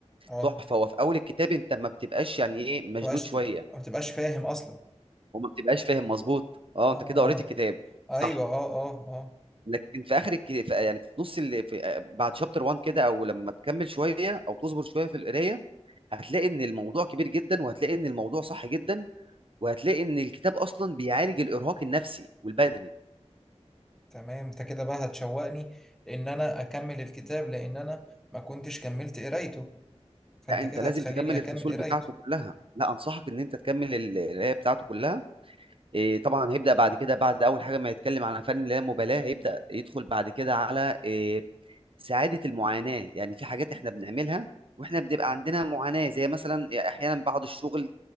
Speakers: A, in the centre; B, on the right.
A: اه
B: تحفة، هو في أول الكتاب أنت ما بتبقاش يعني إيه مشدود
A: مبقاش
B: شوية،
A: ما بتبقاش فاهم اصلا
B: وما بتبقاش فاهم مضبوط، آه، أنت
A: اه
B: كده قريت
A: اه
B: الكتاب،
A: ايوه
B: صح،
A: اه اه اه
B: لكن في آخر الك في يعني في نُص ال في آه، بعد chapter 1 كده أو لمّا تكمل شوية أو تصبر شوية في القراية، هتلاقي إن الموضوع كبير جدًا، وهتلاقي إن الموضوع صح جدًا، وهتلاقي إن الكتاب أصلًا بيعالج الإرهاق النفسي والبدني،
A: تمام انت كده بقى هتشوقني ان انا اكمل الكتاب لان انا ما كنتش كملت قرايته فانت
B: لأ أنت
A: كده
B: لازم
A: هتخليني
B: تكمّل
A: اكمل
B: الفصول
A: قرايته
B: بتاعته كلّها، لأ أنصحك إن أنت تكمّل ال القراية بتاعته كلّها، آآ طبعًا هيبدأ بعد كده بعد أول حاجة ما يتكلّم عن فن اللامبالاة، هيبدأ يدخل بعد كده على آآ سعادة المعاناة، يعني في حاجات إحنا بنعملها وإحنا بنبقى عندنا معاناة، زي مثلًا أ أحيانًا بعد الشغل